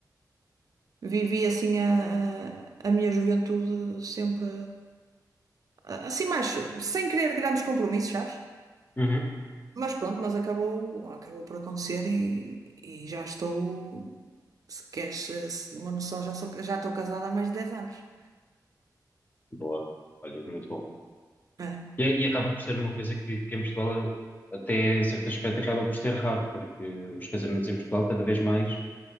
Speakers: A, on the right; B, on the left.
A: vivi assim a, a, a minha juventude sempre Assim mais, sem querer grandes compromissos, sabes?
B: uhum.
A: Mas pronto, mas acabou, acabou por acontecer e, e já estou, se queres eh, se- uma noção, já sou, já estou casada há mais de 10 anos.
B: Boa. Olha, muito bom.
A: É.
B: E, é- e acaba por ser uma coisa que, que em Portugal, até em certo aspecto, acaba por ser raro, porque os casamentos em Portugal cada vez mais